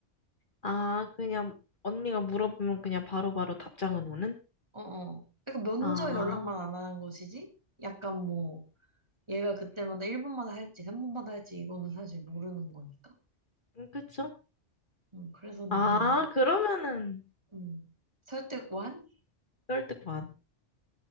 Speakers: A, on the left; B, on the right.
A: 아, 그냥 언니가 물어보면 그냥 바로바로 답장은 오는?
B: 어어. 그러니까 먼저
A: 아,
B: 연락만 안 하는 것이지? 약간 뭐, 얘가 그때마다 1분마다 할지, 3분마다 할지, 이거는 사실 모르는 거니까.
A: 음, 그쵸?
B: 음, 그래서 나는
A: 아, 그러면은
B: 음, 설득 완?
A: 설득 반.